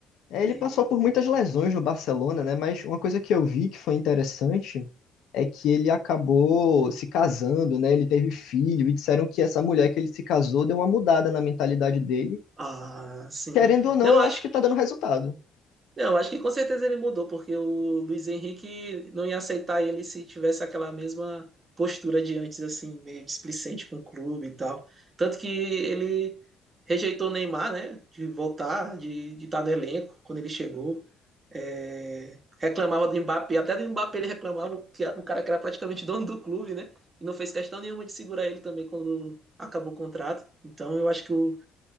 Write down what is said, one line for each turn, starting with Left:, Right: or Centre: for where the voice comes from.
Left: é, Ele
Right: e
Left: passou por muitas lesões no Barcelona, né? Mas uma coisa que eu vi que foi interessante é que ele acabou se casando, né? Ele teve filho e disseram que essa mulher que ele se casou deu uma mudada na mentalidade dele.
Right: ah, sim.
Left: Querendo ou não,
Right: Não,
Left: eu
Right: acho
Left: acho que tá dando resultado.
Right: Não, acho que com certeza ele mudou, porque o Luiz Henrique não ia aceitar ele se tivesse aquela mesma postura de antes, assim, meio displicente com o clube e tal. Tanto que ele rejeitou o Neymar, né, de voltar, de de estar no elenco quando ele chegou. É, reclamava do Mbappé, até do Mbappé ele reclamava, que o cara que era praticamente dono do clube, né, e não fez questão nenhuma de segurar ele também quando acabou o contrato. Então eu acho que o,